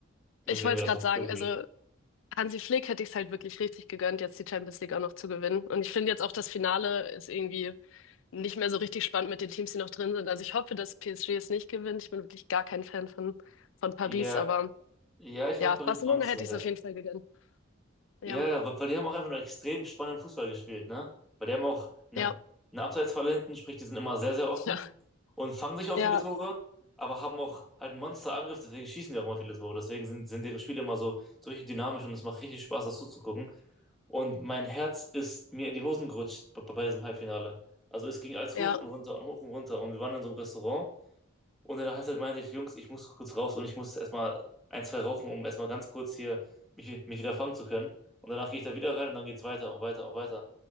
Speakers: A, in the centre; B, on the left (about 70°).
A: Deswegen
B: ich wollte
A: wäre
B: es gerade
A: das
B: sagen.
A: echt cool gewesen.
B: Also, Hansi Flick hätte ich es halt wirklich richtig gegönnt, jetzt die Champions League auch noch zu gewinnen. Und ich finde jetzt auch das Finale ist irgendwie nicht mehr so richtig spannend mit den Teams, die noch drin sind. Also, ich hoffe, dass PSG es nicht gewinnt. Ich bin wirklich gar kein Fan von, von Paris,
A: Ja,
B: aber
A: Ja, ich mag
B: ja,
A: Paris
B: Barcelona
A: auch nicht
B: hätte
A: so sehr.
B: ich es auf jeden Fall gegönnt. Ja,
A: Ja, ja, weil weil die haben auch einfach nur extrem spannenden Fußball gespielt, ne? Weil die haben auch eine,
B: ja,
A: eine Abseitsfalle hinten, sprich, die sind immer sehr, sehr offen
B: <laughs> ja,
A: und fangen sich auch
B: ja,
A: viele Tore, aber haben auch halt einen Monsterangriff, deswegen schießen die auch immer viele Tore. Deswegen sind, sind deren Spiele immer so, so richtig dynamisch und es macht richtig Spaß, das zuzugucken. Und mein Herz ist mir in die Hosen gerutscht bei, bei diesem Halbfinale. Also es ging als
B: ja,
A: hoch und runter und hoch und runter und wir waren in so einem Restaurant und in der Halbzeit meinte ich, Jungs, ich muss kurz raus und ich muss erstmal ein, zwei rauchen, um erstmal ganz kurz hier mich, mich wieder fangen zu können. Und danach gehe ich da wieder rein und dann geht's weiter und weiter und weiter.